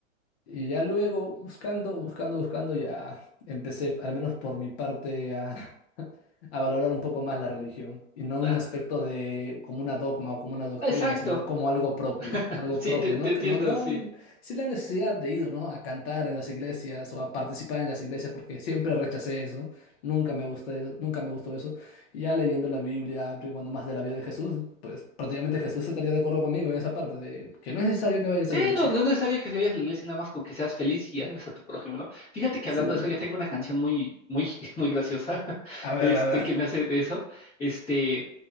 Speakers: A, on the left; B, on the left.
A: Y ya luego, buscando, buscando, buscando, ya empecé, al menos por mi parte, a, <laughs> a valorar un poco más la religión. Y no
B: claro.
A: en un aspecto de como una dogma o como una doctrina,
B: Exacto,
A: sino como algo propio,
B: <laughs>
A: algo
B: sí,
A: propio,
B: te, te
A: ¿no?
B: entiendo,
A: No, no,
B: sí.
A: sin la necesidad de ir, ¿no? A cantar en las iglesias o a participar en las iglesias, porque siempre rechacé eso. Nunca me gusté, nunca me gustó eso. Y ya leyendo la Biblia, averiguando más de la vida de Jesús, pues prácticamente Jesús estaría de acuerdo conmigo en esa parte de que no es necesario que vayas
B: Sí,
A: a la iglesia.
B: no, no es
A: <laughs>
B: necesario que vayas a la iglesia, nada más con que seas feliz y hables a tu prójimo, ¿no? Fíjate que
A: Sí.
B: hablando de eso, yo tengo una canción muy, muy, <laughs> muy graciosa, <laughs>
A: A ver,
B: este,
A: a ver.
B: que me hace de eso. Este,